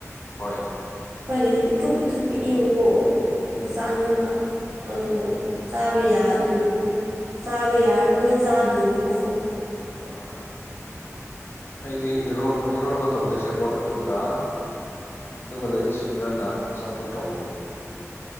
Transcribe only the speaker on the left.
ꯍꯣꯏ
ꯎꯝ
ꯎꯝ
ꯎꯝ
ꯍꯣꯏ ꯍꯣꯏ ꯍꯣꯏ ꯑꯩꯗꯤ ꯏꯔꯣꯟꯕ ꯏꯔꯣꯟꯕ ꯇꯧꯒꯦ ꯁꯦꯕꯣꯠ ꯑꯗꯨꯒ ꯑꯗꯨꯒ ꯂꯦꯗꯤꯁ ꯐꯤꯡꯒꯔꯅ ꯆꯝꯐꯨꯠ ꯇꯧꯏ